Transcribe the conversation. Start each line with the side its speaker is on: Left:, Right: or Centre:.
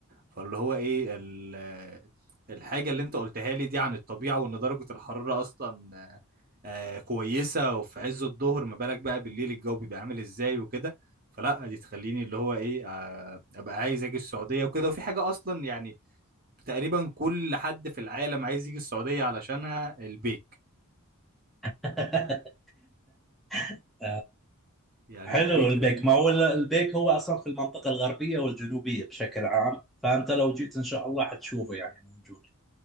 Right: فاللي هو ايه ال... الحاجة اللي انت قلتها لي دي عن الطبيعة وان درجة الحرارة اصلا آه، آه، كويسة وفي عز الظهر ما بالك بقى بالليل الجو بيبقى عامل ازاي وكده فلا دي تخليني اللي هو ايه آه، ابقى عايز اجي السعودية وكده وفي حاجة اصلا يعني تقريبا كل حد في العالم عايز يجي السعودية علشانها البيك
Centre: يعني <laughs>
Right: يعني
Centre: حلو
Right: البيك
Centre: البيك
Right: ده أنا-
Centre: ما هو ال- البيك هو اصلا في المنطقه الغربيه والجنوبيه بشكل عام فانت لو جيت ان شاء الله حتشوفه يعني موجود